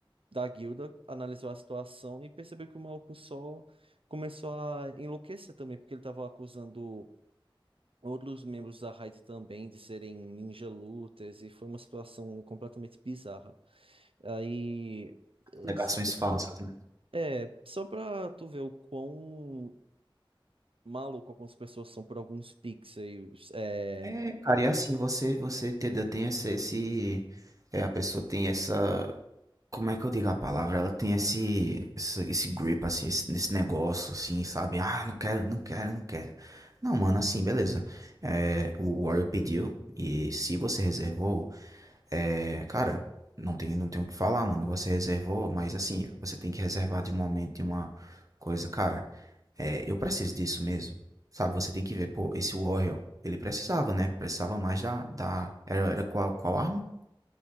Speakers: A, on the right; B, on the right.
A: da guilda analisou a situação e percebeu que o maluco só começou a enlouquecer também, porque ele estava acusando outros membros da raid também de serem ninja looters e foi uma situação completamente bizarra. Aí, eles-
B: Alegações falsas, né?
A: é, só pra tu ver o quão maluco algumas pessoas são por alguns pixels, é,
B: É, cara, e é assim, você, você entendeu? Tem esse, esse- é, a pessoa tem essa. como é que eu digo a palavra? Ela tem esse, esse, esse grip, assim, esse, nesse negócio, assim, sabe? Ah, não quero, não quero, não quero. Não, mano, assim, beleza. É, o Warrior pediu, e se você reservou, é, cara, não tem, não tem o que falar, mano. Você reservou, mas assim, você tem que reservar de um momento de uma coisa, cara. É, eu preciso disso mesmo, sabe? Você tem que ver, pô, esse Warrior, ele precisava, né? Precisava mais da, da... Era, era qual, qual arma?